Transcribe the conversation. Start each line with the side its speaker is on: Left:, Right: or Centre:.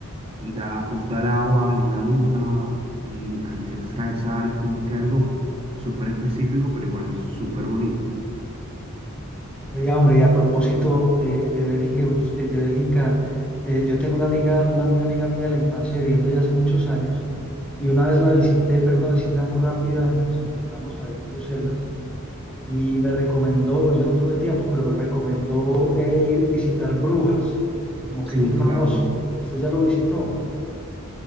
Right: da justo al agua, hay una duna y ahí se extrae sal. Es como que algo súper específico, pero igual súper bonito.
Centre: Oye, hombre, y a propósito de, de Bélgica, y Brus- eh, de Bélgica eh, yo tengo una amiga, una muy amiga mía de la infancia viviendo ya hace muchos años, y una vez la visité, pero una visita muy rápida, nos encontramos ahí en Bruselas, y me recomendó, pues, yo no tuve tiempo, pero me recomendó eh, ir visitar Brujas, como
Right: Sí,
Centre: que es muy famoso.
Right: claro.
Centre: ¿Usted ya lo visitó?